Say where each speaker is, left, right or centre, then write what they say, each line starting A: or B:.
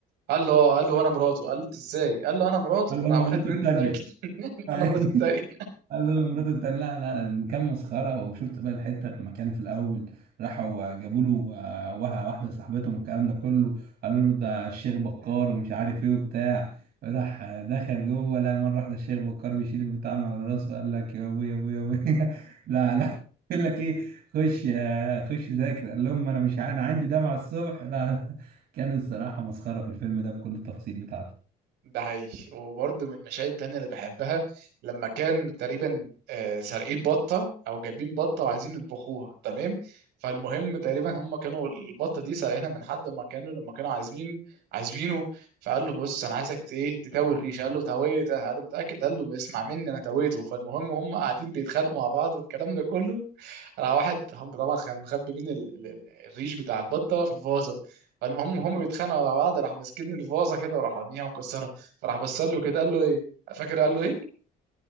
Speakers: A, on the right (about 85°); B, on the right (about 70°).
A: قال له قال له وانا مراته قال له انت ازاي قال له انا مراته
B: قال له
A: راح
B: انا
A: واخد
B: مراته
A: منه
B: التانية
A: الاكل <laughs>
B: <laughs>
A: انا مرات التاني
B: قال له لمراته بتاع لا لا المكان مسخره وشفت بقى الحته لما كان في الاول راحوا جابوا له آه، وها- واحده صاحبتهم والكلام ده كله قالوا له ده الشيخ بكار ومش عارف ايه وبتاع راح دخل جوه لا مره واحده الشيخ بكار بيشيل البتاع من على راسه قال لك يا ابويا يا ابويا يا ابويا <laughs> لا لا يقول لك ايه خش آه، خش ذاكر قال لهم انا مش ع- انا عندي دمعه الصبح لا لا. كان الصراحه مسخره في الفيلم ده بكل التفاصيل بتاعته
A: ده حقيقي وبرضه من المشاهد التانية اللي بحبها لما كان تقريبا آه، سارقين بطة أو جايبين بطة وعايزين يطبخوها تمام فالمهم تقريبا هم كانوا البطة دي سارقينها من حد ما كانوا لما كانوا عازمين عازمينه فقال له بص أنا عايزك ت- إيه تتوي الريش قال له تويتها قال له متأكد قال له اسمع مني أنا تويته فالمهم هم قاعدين بيتخانقوا مع بعض والكلام ده كله راح واحد هم طبعا كان مخبي بين ال- ال- ال- الريش بتاع البطة في الفازة فالمهم هم بيتخانقوا مع بعض راح ماسكين الفازة كده وراح راميها ومكسرها فراح بص له كده قال له ايه فاكر قال له ايه